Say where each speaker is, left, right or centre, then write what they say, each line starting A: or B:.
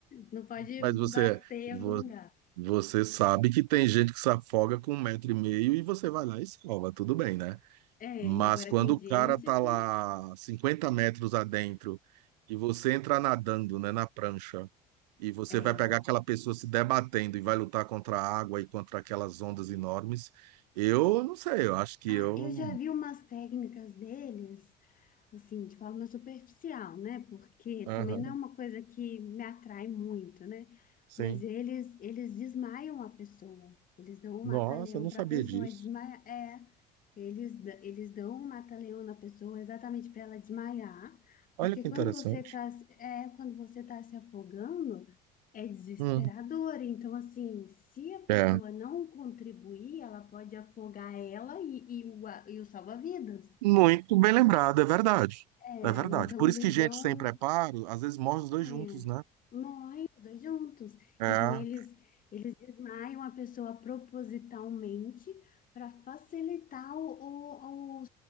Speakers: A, on the left (about 40°); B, on the right (about 75°).
A: não pode
B: Mas
A: bater
B: você, vo-
A: em algum lugar.
B: você sabe que tem gente que se afoga com um metro e meio e você vai lá e salva, tudo bem, né?
A: É,
B: Mas
A: e agora
B: quando
A: tem
B: o
A: gente
B: cara tá
A: que.
B: lá 50 metros adentro e você entra nadando, né, na prancha E você
A: É.
B: vai pegar aquela pessoa se debatendo e vai lutar contra a água e contra aquelas ondas enormes. Eu não sei, eu acho que
A: Ah,
B: eu.
A: eu já vi umas técnicas deles. assim, de forma superficial, né? Porque
B: Aham,
A: também não é uma coisa que me atrai muito, né?
B: sim.
A: Mas eles, eles desmaiam a pessoa. Eles dão um
B: Nossa,
A: mata-leão
B: eu não
A: para
B: sabia
A: a pessoa
B: disso.
A: desmaiar. É, eles, da- eles dão um mata-leão na pessoa exatamente para ela desmaiar,
B: Olha
A: porque
B: que
A: quando
B: interessante.
A: você tá, se- é, quando você tá se afogando, é desesperador.
B: Hum,
A: Então, assim, se a pessoa
B: é.
A: não contribuir, ela pode afogar ela e, e o, a- e o salva-vidas.
B: Muito bem lembrado, é verdade.
A: É,
B: É verdade.
A: então
B: Por
A: eles
B: isso que gente
A: dão,
B: sem preparo, às vezes morre os dois
A: é,
B: juntos, né?
A: morrem os dois juntos.
B: É, é.
A: Então eles eles desmaiam a pessoa propositalmente para facilitar o, o, o,